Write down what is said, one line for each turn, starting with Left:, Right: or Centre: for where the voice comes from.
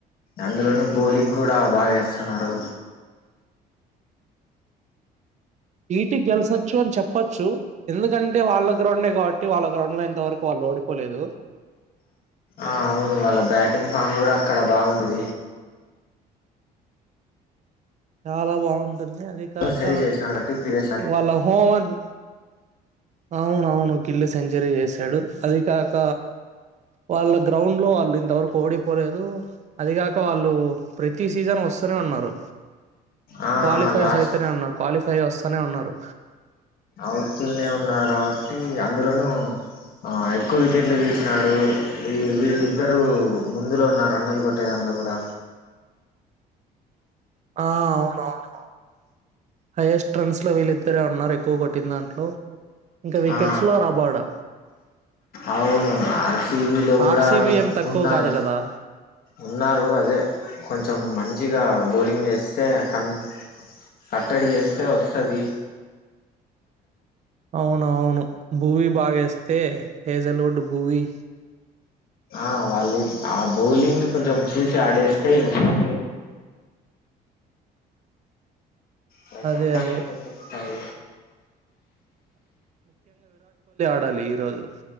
Left: అందులోను బౌలింగ్ కూడా బాగా చేస్తున్నారు.
Right: వీటికి గెల్చొచ్చు అని చెప్పచ్చు ఎందుకంటే వాళ్ళ గ్రౌండే కాబట్టి వాళ్ళ గ్రౌండ్ లో ఇంతవరకు వాళ్ళు ఓడిపోలేదు.
Left: ఆ అవును వాళ్ళ బ్యాటింగ్ ఫామ్ కూడా అక్కడ బాగున్నది.
Right: చాలా బాగుంది ఏంది అది కాక
Left: సరి చేసినాడు కాబట్టి ప్రీవియస్
Right: వాళ్ళ హోం అద్ అవున అవును కిల్లు సెంచరీ చేసాడు అది కాక వాళ్ళ గ్రౌండ్ లో వాళ్ళు ఇంతవరకు ఓడిపోలేదు అది కాక వాళ్ళు ప్రతి సీజన్ వస్తూనే ఉన్నారు
Left: ఆ
Right: క్వాలిఫైర్స్
Left: లాస్ట్
Right: అయితేనే ఉన్నారు క్వాలిఫై స్థాయి వస్తానే ఉన్నారు
Left: అవుతూనే ఉన్నారు కాబట్టి టి అందులోనూ ఆ ఎక్కువ వికెట్లు తీసినాడు ఈ వీళ్ళిద్దరూ ముందులో ఉన్న రన్నులు కొట్టే దాంట్లో కూడా
Right: ఆ అవునవును హైయెస్ట్ ట్రెండ్స్ లో వీళ్ళిద్దరే ఉన్నారు. ఎక్కువ కొట్టిన దాంట్లో ఇంకా వికెట్స్
Left: ఆ
Right: లో రాబోడ్
Left: అవును ఆర్సవీలో కూడా
Right: ఆర్సిబి ఏం తక్కువ
Left: ఉన్నారు
Right: కాదు కదా
Left: ఉన్నారు అదే కొంచెం మంచ్ మంచిగా బౌలింగ్ వేస్తే కన్ కట్టడి చేస్తే వస్తాది
Right: అవునవును భూవీ బాగేస్తే హేజల్వుడ్ బూవి
Left: ఆ వాళ్ళు ఆ బౌలింగ్ ని కొంచెం చూసి ఆడేస్తే ఇంగా <inaudible> ప్రశాంతంగా
Right: అదే అదే
Left: ఉంటే చేస్తారు.
Right: చుడాలి ఈ రోజు